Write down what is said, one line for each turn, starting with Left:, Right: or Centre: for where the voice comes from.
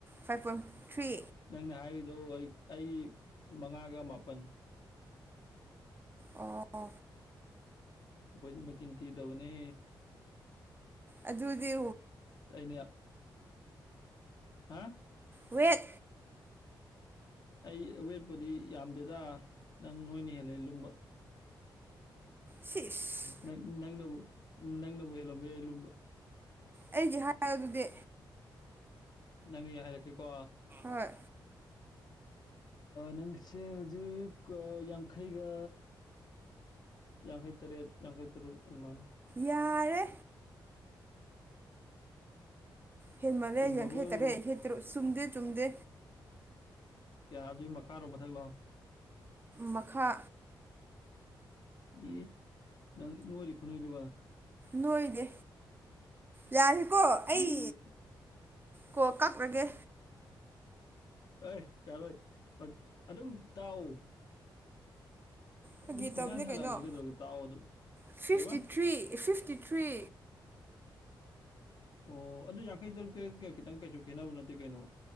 Right: ꯐꯥꯏꯚ ꯄꯣꯏꯟ ꯊ꯭ꯔꯤ
Left: ꯅꯪꯅ ꯍꯥꯏꯔꯤꯗꯣ ꯑꯩ ꯃꯉꯥꯒ ꯃꯥꯄꯟ
Right: ꯑꯣ
Left: ꯑꯩꯈꯣꯏꯗꯤ ꯃꯆꯤꯟ ꯊꯤꯗꯕꯅꯤ
Right: ꯑꯗꯨꯗꯤꯦ
Left: ꯁꯤ ꯑꯅꯦ ꯍꯥ
Right: ꯎꯆꯋꯦꯠ
Left: ꯑꯩ ꯑꯋꯦꯠꯄꯨꯗꯤ ꯌꯥꯝꯗꯦꯗ ꯅꯪ ꯅꯣꯏꯅ ꯍꯦꯜꯂ ꯂꯨꯝꯕ
Right: ꯁꯤꯁ
Left: ꯪ ꯅꯪꯅꯕꯨ ꯅꯪꯅꯕꯨ ꯍꯦꯜꯂꯝꯕ ꯌꯥ ꯂꯨꯝꯕ
Right: ꯑꯩꯒꯤ ꯍꯥꯏ ꯑꯗꯨꯗꯤ
Left: ꯅꯪꯒꯤ ꯍꯥꯏꯔꯛꯀꯦꯀꯣ
Right: ꯍꯣꯏ
Left: ꯅꯪꯁꯦ ꯍꯧꯖꯤꯛ ꯌꯥꯡꯈꯩꯒ ꯌꯥꯡꯈꯩ ꯇꯔꯦꯠ ꯌꯥꯡꯈꯩ ꯇꯔꯨꯛ ꯑꯗꯨꯃꯅ
Right: ꯌꯥꯔꯦ ꯍꯃꯂꯦ
Left: ꯆꯨꯝꯃꯕꯣ
Right: ꯌꯦꯡꯈꯩ ꯇꯔꯦ ꯍꯗꯣ ꯆꯨꯝꯗꯦ ꯆꯨꯝꯗꯦ
Left: ꯀꯌꯥ ꯑꯗꯨꯒꯤ ꯃꯈꯥꯔꯣꯝ ꯃꯊꯛ ꯂꯥꯛꯑꯣ
Right: ꯃꯈꯥ
Left: ꯌꯦꯁ ꯅꯪ ꯅꯣꯏꯗꯤ ꯈꯨꯅꯨꯏꯗꯨ
Right: ꯅꯣꯏꯅꯦ ꯌꯥꯔꯤꯀꯣ
Left: ꯏ
Right: ꯑꯩ ꯀꯣ ꯀꯛꯂꯒꯦ
Left: ꯑꯦ ꯌꯥꯔꯣꯏ ꯑꯗꯨꯝ ꯇꯥꯛꯎ
Right: ꯐꯥꯒꯤ
Left: ꯑꯗꯨꯝꯨꯡꯒ꯭ꯌꯥꯟ
Right: ꯇꯧꯕꯅꯦ
Left: ꯁꯥꯟꯅꯕꯅꯤ
Right: ꯀꯩꯅꯣ
Left: ꯀꯩꯗꯧꯔꯒꯦ ꯇꯥꯛꯑꯣ ꯑꯗꯨꯝ
Right: ꯐꯤꯐꯇꯤ
Left: ꯀꯩꯕꯥ
Right: ꯊ꯭ꯔꯤ ꯐꯤꯐꯇꯤ ꯊ꯭ꯔꯤ
Left: ꯑꯣ ꯑꯗꯨ ꯌꯥꯡꯈꯩ ꯇꯔꯨꯛ ꯇꯔꯦ ꯀ ꯈꯤꯇꯪ ꯀꯩꯁꯨ ꯈꯦꯠꯅꯕ ꯅꯠꯇꯦ ꯀꯩꯅꯣ